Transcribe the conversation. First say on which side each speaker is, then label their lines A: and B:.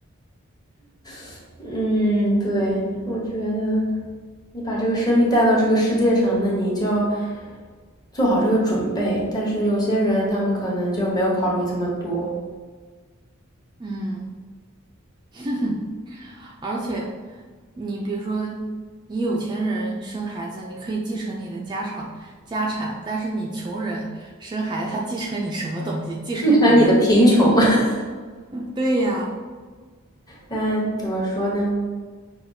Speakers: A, on the left; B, on the right.
A: <laughs> 嗯，对，我觉得你把这个生命带到这个世界上，那你就要做好这个准备。但是有些人他们可能就没有考虑这么多，
B: 嗯。<laughs> 而且，你比如说，你有钱人生孩子，你可以继承你的家产家产，但是你穷人生孩子，他继承你什么东西？继承你的。
A: 继承你的贫穷。<laughs>
B: 对呀，
A: 但怎么说呢？